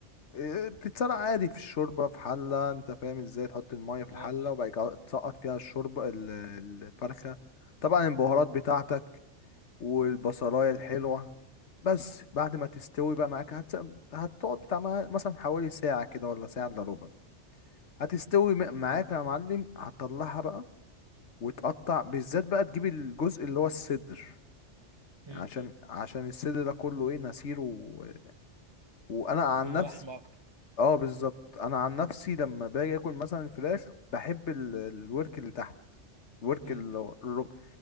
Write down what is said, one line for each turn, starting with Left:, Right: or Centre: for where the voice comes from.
Left: إيه، بتتسرق عادي في الشوربة في حلة انت فاهم ازاي تحط المية في
Right: اه
Left: الحلة وبعد كده تسقط فيها الشوربة ال- الفرخة طبعا البهارات بتاعتك والبصلاية الحلوة بس بعد ما تستوي بقى معاك هتس... هتقعد بتاع ما- مثلا حوالي ساعة كده ولا ساعة الا ربع هتستوي م- معاك يا معلم هتطلعها بقى وتقطع بالذات بقى تجيب الجزء اللي هو الصدر
Right: امم
Left: يعني مم. عشان عشان الصدر ده كله ايه نسير و... وانا عن
Right: كله
Left: نفسي
Right: لحمه اكتر
Left: اه بالظبط انا عن نفسي لما باجي اكل مثلا فراخ بحب ال- الورك اللي تحت الورك
Right: امم
Left: اللي هو الربع